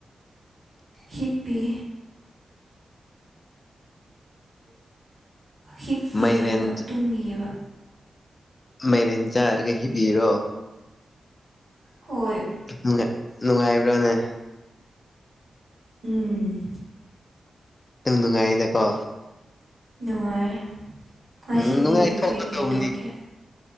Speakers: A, on the right; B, on the left.
A: ꯍꯤꯞꯄꯤ ꯍꯤꯞꯄꯤꯑꯕ
B: ꯃꯥꯏꯔꯦꯟ
A: ꯇꯨꯝꯃꯤꯑꯕ
B: ꯃꯦꯔꯦꯟ ꯆꯥꯔꯒ ꯍꯤꯕꯤꯔꯣ
A: ꯍꯣꯏ
B: ꯅꯨꯡꯉꯥꯏ ꯅꯨꯡꯉꯥꯏꯕ꯭ꯔꯣꯅꯦ
A: ꯎꯝ
B: ꯑꯗꯨꯝ ꯅꯨꯡꯉꯥꯏꯗꯀꯣ
A: ꯅꯨꯡꯉꯥꯏ ꯉꯁꯤꯗꯤ
B: ꯎꯝ ꯅꯨꯡꯉꯥꯏꯊꯣꯛꯀꯗꯧꯕꯅꯤ
A: ꯀꯔꯤ ꯀꯔꯤ ꯇꯧꯒꯦ